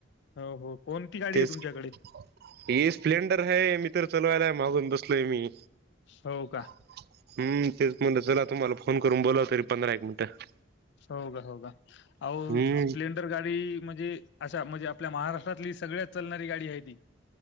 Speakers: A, on the left; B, on the right.
A: हो, हो. कोणती गाडी
B: तेच
A: आहे तुमच्याकडे
B: की. हे स्प्लेंडर है मी तर चलवायला मागून बसलोय मी.
A: हो का?
B: हम्म, तेच म्हणलं, चला तुम्हाला फोन करून बोला तरी पंधरा, एक मिनिटं.
A: हो का? हो का? आवो
B: हम्म
A: स्प्लेंडर गाडी- म्हणजे अशा म्हणजे, आपल्या महाराष्ट्रातली सगळ्यात चलणारी गाडी आहे ती.